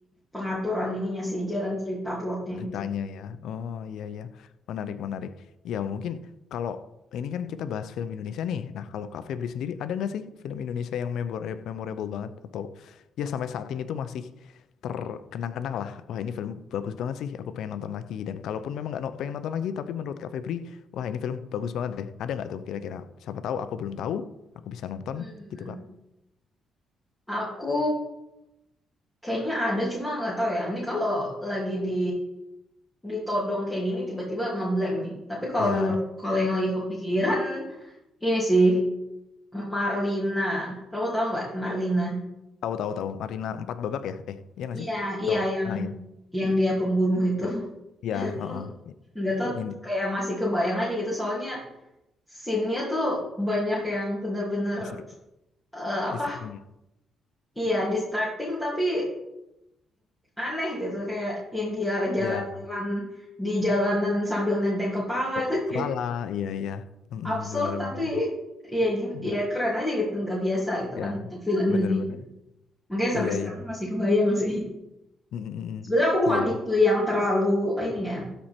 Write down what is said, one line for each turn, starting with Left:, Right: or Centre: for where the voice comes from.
Centre: pengaturan ininya sih jalan cerita plotnya
Left: ceritanya
Centre: itu
Left: ya. Oh iya iya, menarik menarik. Ya mungkin kalau ini kan kita bahas film Indonesia nih. Nah kalau Kak Febri sendiri ada nggak sih film Indonesia yang memora- memorable banget atau ya sampai saat ini tuh masih terkenang-kenang lah. Wah ini film bagus banget sih, aku pengen nonton lagi. Dan kalaupun memang nggak no- pengen nonton lagi, tapi menurut Kak Febri, wah ini film bagus banget deh. Ada nggak tuh kira-kira? Siapa tahu aku belum tahu, aku bisa nonton
Centre: Hmm.
Left: gitu Kak.
Centre: aku kayaknya ada cuma nggak tahu ya ini kalau lagi di ditodong kayak gini tiba-tiba ngeblank nih tapi kalau
Left: Ya
Centre: menurut- kalau yang lagi kepikiran ini sih Marlina. Kamu tahu nggak Marlina?
Left: tahu tahu tahu. Marina empat babak ya? Eh iya nggak
Centre: Iya,
Left: sih?
Centre: iya
Left: Tahu.
Centre: yang
Left: Ah iya.
Centre: yang dia pembunuh itu.
Left: yang
Centre: <laughs>
Left: ya
Centre: Itu
Left: heeh
Centre: Nggak tahu
Left: yang di,
Centre: kayak masih kebayang aja gitu soalnya scene-nya tuh banyak yang bener-bener
Left: diser-
Centre: eh, apa?
Left: diserbunya ya
Centre: Iya, distracting tapi aneh gitu kayak yang dia jalan-jalan
Left: Ya,
Centre: di jalanan sambil nenteng kepala
Left: kok
Centre: itu <laughs>
Left: kepala
Centre: kayak
Left: iya iya Mm,
Centre: absurd
Left: bener
Centre: tapi
Left: bener
Centre: ya gi-
Left: Mm,
Centre: ya keren aja gitu nggak biasa gitu
Left: ya
Centre: kan film Indonesia.
Left: bener bener
Centre: Makanya
Left: iya
Centre: sampai sekarang
Left: iya
Centre: masih kebayang sih.
Left: Mm, mm,
Centre: Sebenarnya
Left: mm.
Centre: aku bukan
Left: iya
Centre: tipe yang terlalu ini ya